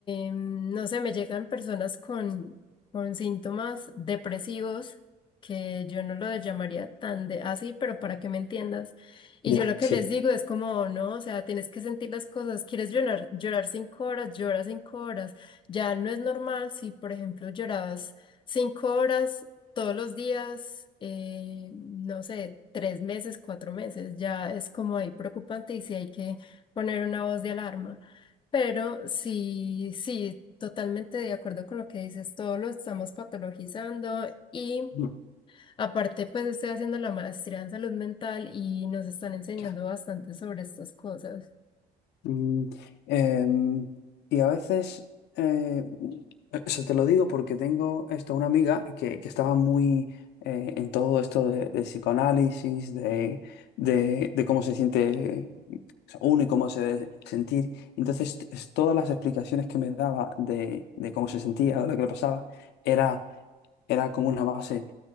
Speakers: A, on the left; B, on the left.
A: em, no sé, me llegan personas con con síntomas depresivos, que yo no lo llamaría tan de así, pero para que me entiendas. Y
B: Ya,
A: yo lo que
B: sí.
A: les digo es como, no, o sea, tienes que sentir las cosas, quieres llorar, llorar cinco horas, llora cinco horas. Ya no es normal si, por ejemplo, llorabas cinco horas todos los días, eh, no sé, tres meses, cuatro meses, ya es como ahí preocupante y si hay que poner una voz de alarma. Pero sí, sí, totalmente de acuerdo con lo que dices, todo lo estamos patologizando y
B: Mm,
A: aparte pues estoy haciendo la maestría en salud mental y nos están enseñando
B: Ya.
A: bastante sobre estas cosas.
B: Mm, em, y a veces, eh, se te lo digo porque tengo esto, una amiga que, que estaba muy eh, en todo esto de, de psicoanálisis, de, de- de cómo se siente uno y cómo se debe sentir. Entonces, t- es- todas las explicaciones que me daba de, de cómo se sentía o lo que le pasaba, era era como una base